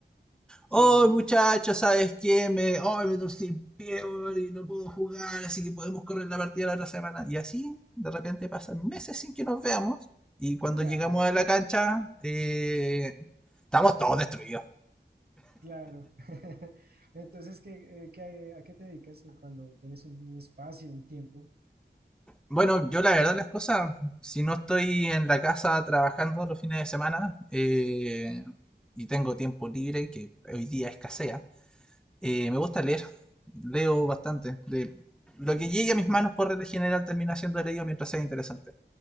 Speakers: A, on the right; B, in the centre.
A: Sí,
B: Oh, muchachos ¿sabes qué? Me, oh, me torcí el pie, weón, y no puedo jugar, así que podemos correr la partida la otra semana. Y así, de repente pasan meses sin que nos veamos. Y cuando
A: ya,
B: llegamos a la cancha, eh, estamos todos destruidos.
A: claro. <laughs> Entonces, ¿qué, eh, qué- a qué te dedicas eh, cuando tienes un espacio, un tiempo?
B: Bueno, yo la verdad las cosas, si no estoy en la casa trabajando los fines de semana eh, y tengo tiempo libre, que hoy día escasea, Eh, me gusta leer, leo bastante. De lo que llegue
A: <clears throat>
B: a mis manos por regla general termina siendo leído mientras sea interesante.